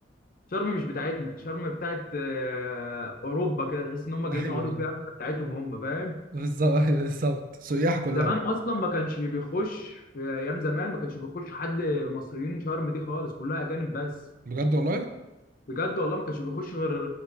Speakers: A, on the left; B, on the right.
A: شرم مش بتاعتنا شرم بتاعت آه، اوروبا كده تحس ان هم جايين
B: ايوه
A: يقعدوا
B: ايوه
A: فيها بتاعتهم هم فاهم
B: بالظبط ايوه بالظبط سياح كلها
A: زمان اصلا ما كانش بيخش في ايام زمان ما كانش بيخش حد مصريين شرم دي خالص كلها اجانب بس
B: بجد والله
A: بجد والله ما كانش بيخش غير